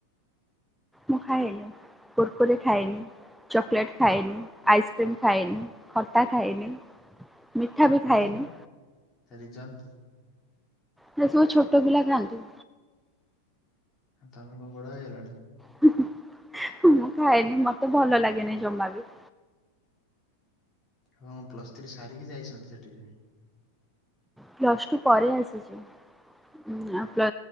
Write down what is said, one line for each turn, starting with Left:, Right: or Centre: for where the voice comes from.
Centre: ମୁଁ ଖାଏନି କୁର୍ କୁରି। ଖାଏନି ଚକୋଲେଟ୍ ଖାଏନି ଆଇସ୍କ୍ରିମ ଖାଏନି ଖଟା ଖାଏନି। ମିଠା ବି
Left: କଣ
Centre: ଖାଏନି।
Left: ପାଇଁ ତା ରିଜନ୍।
Centre: ସେ ସବୁ ଛୋଟ ପିଲା ଖାଆନ୍ତି।
Left: ତମେ କଣ ବଡ ହେଇଗଲଣି?
Centre: ହୁ ହୁ ମୁଁ ଖାଇନି ମତେ ଭଲ ଲାଗେନି ଜମା ବି।
Left: ହଁ ପ୍ଲସ୍ ଥ୍ରୀ ସାରିକି ଯାଇଛନ୍ତି ସେଠିକି।
Centre: ପ୍ଲସ ଟୁ ପରେ ଆସିଛି ଉ ଆଉ ପ୍ଲ